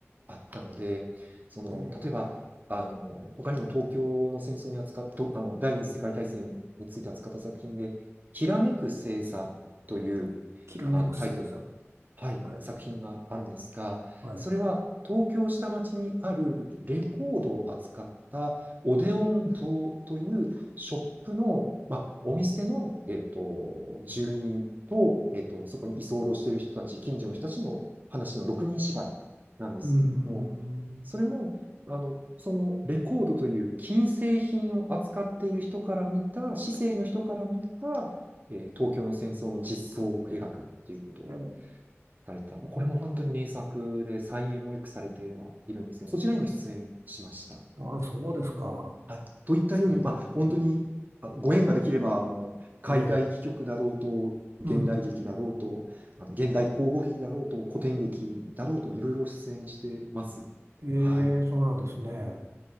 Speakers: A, on the right (about 40°); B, on the right (about 70°).
A: あったので、その、
B: ええ
A: 例えば、あの、他にも東京の戦争に扱っとあの、第二次世界大戦について扱った作品で、きらめく星座という、
B: きらめく星座。
A: あの、タイトルの、はい、
B: はい。
A: 作品があるんですが、
B: はい。
A: それは東京下町にあるレコードを扱ったオデオン堂というショップの、まあ、お店の、えっと、住人と、えっと、そこに居候している人たち、近所の人たちの話の6人芝居なんですけれども、
B: うん。
A: それも、あの、そのレコードという金製品を扱っている人から見た、市井の人から見た、えー東京の戦争の実相を描くっていうことを
B: ええ
A: されてた。もうこれも本当に名作で、再演もよくされてはいるんですけど、そちらにも出演しました。
B: ああ、そうですか。
A: はい。といったように、
B: すごい。
A: まあ、本当に、あの、ご縁ができれば、もう、海外戯曲だろうと、
B: ええ
A: 現代劇だろうと、
B: うん。
A: あの、現代口語劇だろうと、古典劇だろうと、いろいろ出演してます。
B: ええそうなんですね。
A: はい。